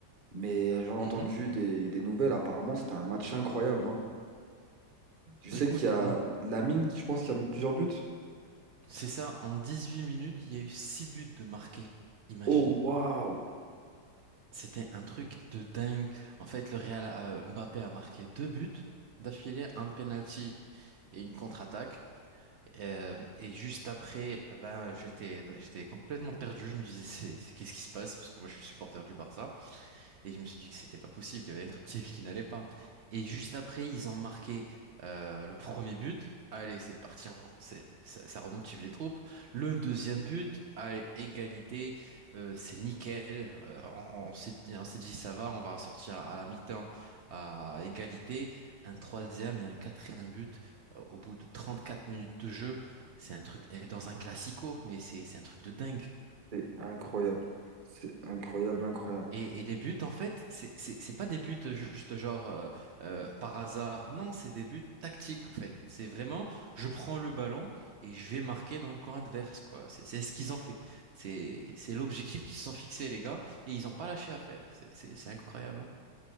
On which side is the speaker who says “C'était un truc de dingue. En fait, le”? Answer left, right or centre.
Right